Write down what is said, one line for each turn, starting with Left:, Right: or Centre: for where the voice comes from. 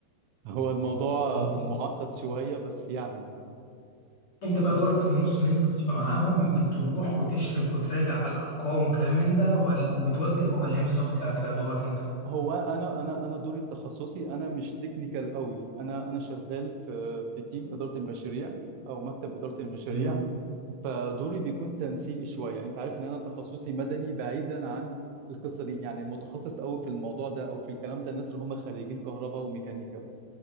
Right: هو الموضوع
Left: جميل
Right: معقد شوية بس يعني
Left: انت بقى
Right: آه،
Left: دورك في النص ان انت بتبقى معاهم بتروح وتشرف وتراجع على الارقام وكلام من ده وال- وتوجه ولا ايه بالظبط ك- كدورك انت
Right: هو انا انا انا دوري التخصصي انا مش تكنيكال قوي انا انا شغال في في تيم إدارة المشاريع او مكتب إدارة المشاريع
Left: ايوه
Right: فدوري بيكون تنسيقي شويه انت عارف ان انا تخصصي مدني بعيدا عن القصه دي يعني المتخصص قوي في الموضوع ده او في الكلام ده الناس اللي هم خريجين كهرباء وميكانيكا